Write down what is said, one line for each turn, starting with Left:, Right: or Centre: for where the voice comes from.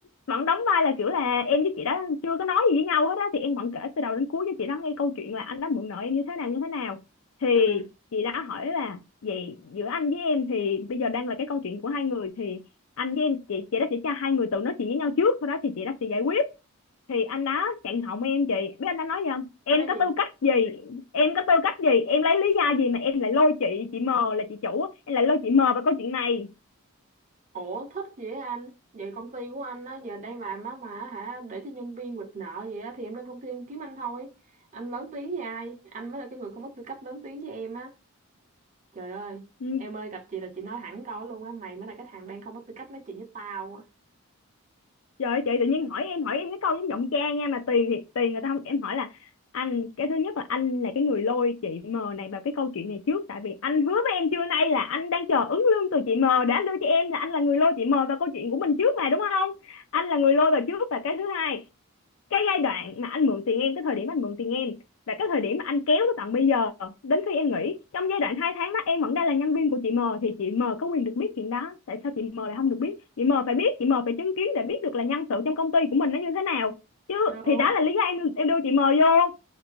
Left: vẫn đóng vai là kiểu là em với chị đó chưa có nói gì với nhau hết á thì em vẫn kể từ đầu đến cuối cho chị đó nghe câu chuyện là anh đã mượn nợ em như thế nào như thế nào thì
Right: ừ
Left: chị đã hỏi là vậy giữa anh với em thì bây giờ đang là cái câu chuyện của hai người thì anh với em chị chị đó sẽ cho hai người tự nói chuyện với nhau trước sau đó thì chị đó sẽ giải quyết thì anh đó chặn họng em chị biết anh đã nói gì không em
Right: nói
Left: có
Right: gì
Left: tư cách gì em có tư cách gì em lấy lý do gì mà em lại lôi chị chị M là chị chủ á, em lại lôi chị M vào câu chuyện này
Right: Ủa thích vậy anh Vậy công ty của anh á giờ đang làm á mà hả Để cho nhân viên quỵt nợ vậy á Thì em lên công ty em kiếm anh thôi Anh lớn tiếng với ai Anh mới là cái người không có tư cách lớn tiếng với em á Trời ơi
Left: Ừ,
Right: Em ơi gặp chị là chị nói thẳng câu đó luôn á Mày mới là cái thằng đang không có tư cách nói chuyện với tao á
Left: trời ơi, chị tự nhiên hỏi em hỏi em cái câu giống giọng cha nha mà tiền thì tiền người ta không em hỏi là anh cái thứ nhất là anh là cái người lôi chị M này vào cái câu chuyện này trước tại vì anh hứa với em trưa nay là anh đang chờ ứng lương từ chị M để anh đưa cho em là anh là người lôi chị M vào câu chuyện của mình trước mà đúng không anh là người lôi vào trước và cái thứ hai cái giai đoạn mà anh mượn tiền em cái thời điểm anh mượn tiền em và cái thời điểm mà anh kéo tới tận bây giờ đến khi em nghỉ trong giai đoạn hai tháng đó em vẫn đang là nhân viên của chị M thì chị M có quyền được biết chuyện đó tại sao chị M lại không được biết chị M phải biết chị M phải chứng kiến để biết được là nhân sự trong công ty của mình nó như thế nào chứ
Right: Đúng
Left: thì đó là lý do em em đưa chị M vô